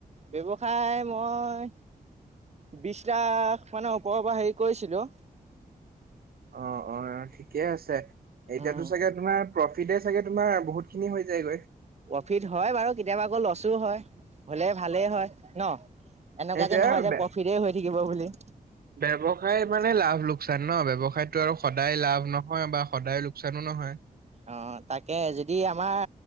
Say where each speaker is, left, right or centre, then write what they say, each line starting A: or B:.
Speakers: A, on the right; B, on the right.
A: ব্যৱসায় মই, বিশ লাখ মান ওপৰৰ পৰা হেৰি কৰিছিলোঁ।
B: অ', অ', ঠিকে আছে। এতিয়াতো
A: উম
B: চাগে তোমাৰ প্ৰফিটে চাগে তোমাৰ বহুত খিনি হৈ যায়গৈ।
A: প্ৰফিট হয় বাৰু, কেতিয়াবা আকৌ ল'ছো হয়। হ'লে ভালেই হয় ন। এনেকুৱা
B: সেইটোয়ে
A: যে নহয়
B: আৰু
A: যে
B: বে-
A: প্ৰফিতে হৈ থাকিব বুলি।
B: ব্যৱসায় মানে লাভ-লোকচান ন! ব্যৱসায়তো আৰু সদায় লাভ নহয়, বা সদায় লোকচানো নহয়।
A: অ', তাকে যদি আমাৰ